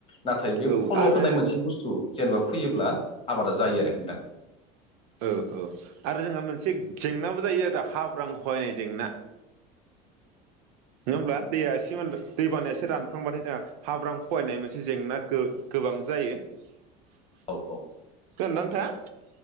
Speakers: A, on the left; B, on the right.
A: नाथाय बे
B: आरो औ
A: फल'
B: आरो
A: होननाय मोनसे बुस्थु जेनेबा फैयोब्ला आबादा जायो आरो नोंथां
B: औ औ आरो आरो जोंहा मोनसे जेंनाबो जायो आरो हाब्रां खहायनाय जेंना। नङा होमब्ला दैया एसे दै बानाया एसे रानखांबाथाय जोंहा हाब्रां खवायनाय मोनसे जेंना गो-गोबां जायो। खोनादोंना
A: औ औ
B: नोंथाङा?